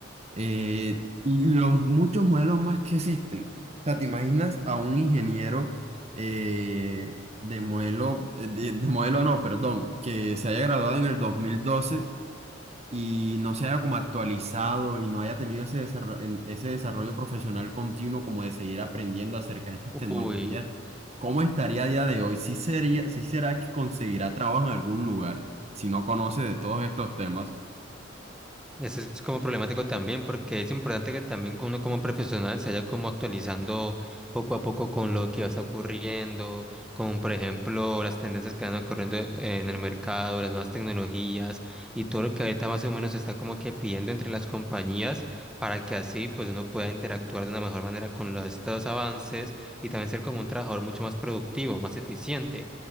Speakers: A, on the right; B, in the centre.
A: eh, y los muchos modelos más que existen. O sea, ¿te imaginas a un ingeniero eh, de modelo, eh, de, de modelo no, perdón, que se haya graduado en el 2012 y no se haya como actualizado y no haya tenido ese desarrollo, ese desarrollo profesional continuo como de seguir aprendiendo acerca de estas
B: ujú.
A: tecnologías,
B: Uy.
A: ¿cómo estaría a día de hoy? ¿Sí sería, sí será que conseguirá trabajo en algún lugar si no conoce de todos estos temas?
B: Eso es como problemático también, porque es importante que también uno como profesional se vaya como actualizando poco a poco con lo que está ocurriendo, con por ejemplo las tendencias que van ocurriendo eh, en el mercado, las nuevas tecnologías y todo lo que ahorita más o menos se está como que pidiendo entre las compañías para que así pues uno pueda interactuar de una mejor manera con los, estos avances y también ser como un trabajador mucho más productivo, más eficiente.